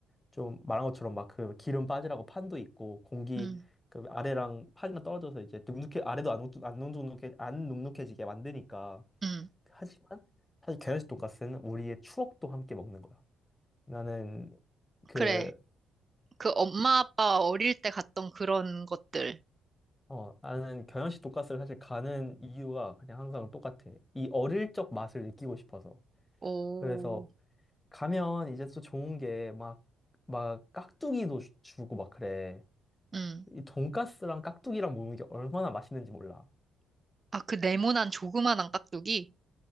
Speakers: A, on the left; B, on the right.
A: 좀 말한 것처럼 막 그 기름 빠지라고 판도 있고 공기
B: 음,
A: 그 아래랑 판이랑 떨어져서 이제 눅눅해 아래도 안, 눅- 안 눅눅해 안 눅눅해지게 만드니까
B: 음.
A: 하지만 사실 게으르식 돈까스는 우리의 추억도 함께 먹는 거야. 나는 그,
B: 그래. 그 엄마 아빠 어릴 때 갔던 그런 것들.
A: 어, 나는 경양식 돈가스를 사실 가는 이유가 그냥 항상 똑같아. 이 어릴 적 맛을 느끼고 싶어서.
B: 오,
A: 그래서 가면 이제 또 좋은 게 막, 막 깍두기도 주- 주고 막 그래.
B: 음.
A: 이 돈가스랑 깍두기랑 먹는 게 얼마나 맛있는지 몰라.
B: 아, 그 네모난 조그만한 깍두기?